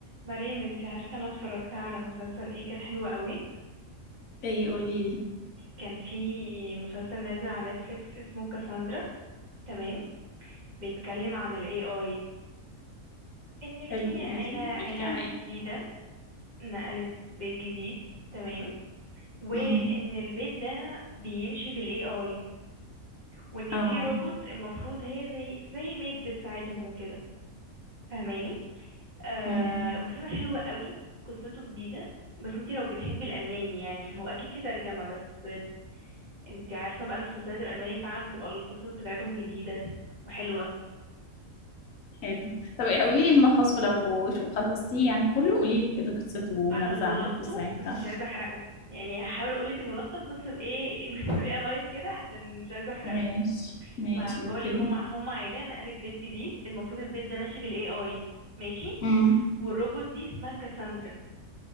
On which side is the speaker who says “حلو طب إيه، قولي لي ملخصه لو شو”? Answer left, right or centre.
Left